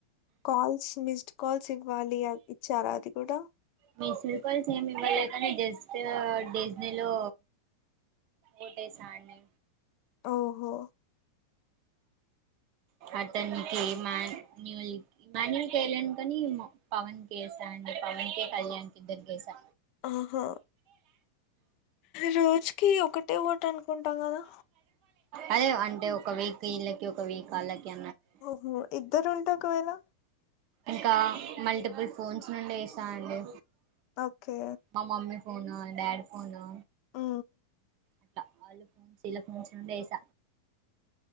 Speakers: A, on the left; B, on the right.
A: కాల్స్, మిస్డ్ కాల్స్ ఇవ్వాలి ఇచ్చారా అది గూడ.
B: మిసుడు కాల్స్ ఏమి ఇవ్వలే కానీ జస్ట్ డిజ్నీలో. ఓటేసా అండి.
A: ఓహో.
B: అతనికి మాన్న్యూల్ ఇమాన్యయుల్ కేలేదు కాని పవన్కి యేసాను పవన్ కి కళ్యాణ్ కి ఇద్దరి కేసా
A: ఆహా రోజు కి ఒకటే ఓటు అనుకుంటా కదా
B: అదే అంటే ఒక వీకీళ్ళకి ఒక వీకాళ్ళకి.
A: ఓహో ఇద్దరు ఉంటే ఒకవేళ
B: ఇంకా. మల్టిబుల్ ఫోన్స్ నుండెస్తా అండి.
A: ఓకే
B: మా మమ్మీ ఫోను డాడి ఫోను
A: ఆ
B: అట్ వాళ్ళ ఫోన్స్ ఇలా ఫోన్స్ నుండి ఏస